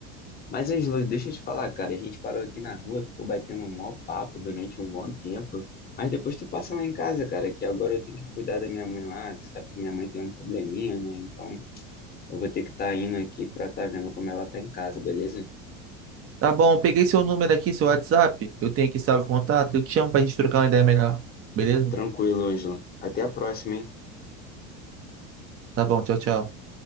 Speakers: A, on the left; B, on the right.
A: Mas, Angelo, deixa eu te falar, cara. A gente parou aqui na rua, ficou batendo um maior papo durante um bom tempo. Mas depois tu passa lá em casa, cara, que agora eu tenho que cuidar da minha mãe lá. Tu sabe que minha mãe tem um probleminha, né? Então eu vou ter que estar indo aqui pra estar vendo como ela tá em casa, beleza?
B: Tá bom, eu peguei seu número aqui, seu WhatsApp. Eu tenho aqui salvo contato. Eu te chamo pra gente trocar uma ideia melhor. Beleza?
A: Tranquilo, Ângelo. Até a próxima, hein?
B: Tá bom, tchau, tchau.